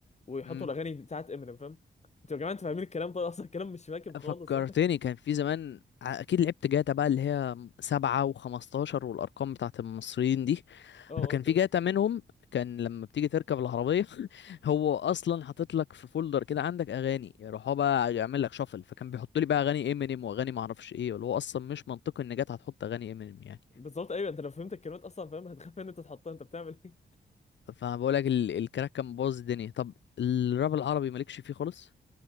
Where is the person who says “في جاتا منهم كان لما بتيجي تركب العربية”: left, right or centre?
Left